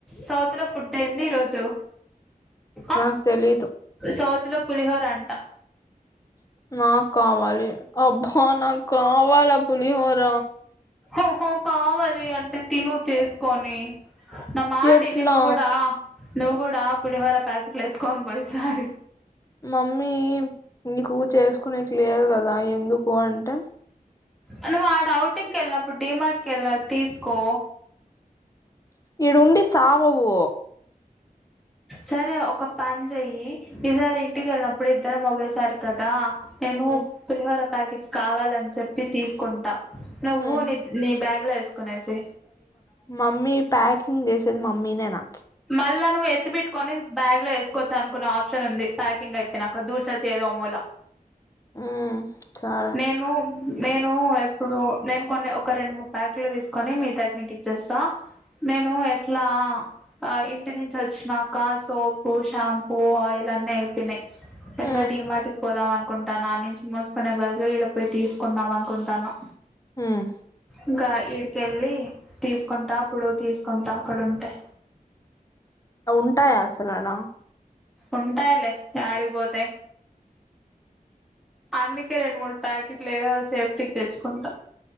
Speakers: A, in the centre; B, on the left (about 20°).
A: సౌత్ లో ఫుడ్ ఏంది ఈరోజు ఆక
B: నాకు తెలీదు
A: సౌత్ ఇత్తులో పులిహోర అంట
B: నాకు కావాలి అబ్బా నాకు కావాలా పులిహోర
A: ఒ హో కావాలి అంటే తిను చేసుకొని నా మాటని
B: ఎట్లా
A: నువ్వు గుడా నువ్ గు దా పులిహోర పేకెట్లు ఎత్తు కొని పో ఈసారి
B: మమ్మీ నీకు చేసుకునే క్లియర్ గదా ఎందుకు అంటే
A: అంటే ఆడ ఔటింగ్కి వెళ్ళినప్పుడు డిమార్ట్ కి వెళ్ళిన తీసుకో
B: ఇడుండి సావవూ
A: సరే ఒక పని చెయ్యి ఈసారి ఇంటికి వెళ్ళినప్పుడు ఇద్దరం ఒకేసారి కదా నేను
B: ఉమ్,
A: పులిహోర ప్యాకెట్స్ కావాలని చెప్పి తీసుకుంటా నువ్వు
B: ఉమ్.
A: నీ నీ బ్యాగ్ లోది తీస్కొనేసి
B: మమ్మీ ప్యాకింగ్ చేసేది మమ్మీనే నా
A: మళ్ళా నువ్వు ఎత్తి పెట్టుకొని బ్యాగ్ లో వేసుకోచ్చ అనుకున్న ఆప్షన్ ఉంది ప్యాకింగ్ అయిపోయినాక దూర్చొచ్చు ఏదో మూల
B: ఉమ్, సరే
A: నేనూ నేను ఇప్పుడు నేను కొన్ని ఒక రెండు మూడు ప్యాకులు తీసుకొని మిగతాది మీకిచ్చేస్తా నేను ఎట్లా ఆ ఇం ఇంటి నుంచి వచ్చినాక సోపు షాంపూ ఆయిల్ అన్ని అయిపోయినాయి ఎట్లా
B: ఉమ్,
A: డీమార్ట్ కి పోదామను అనుకుంటాను ఆ నుంచి మోసుకునే బదులు ఈడ పోయి తీసుకుందాం అనుకుంటాను
B: ఉమ్.
A: ఇంకా ఈడకెళ్లి తీసుకుంటా అప్పుడు తీసుకుంటా అక్కడ ఉంటే
B: ఉంటాయా అసలాడ
A: ఉంటాయిలే యాడికి పోతాయ్ అందుకే రెండు మూడు ప్యాకెట్లు ఏదో సేఫ్టీకి తెచ్చుకుంటా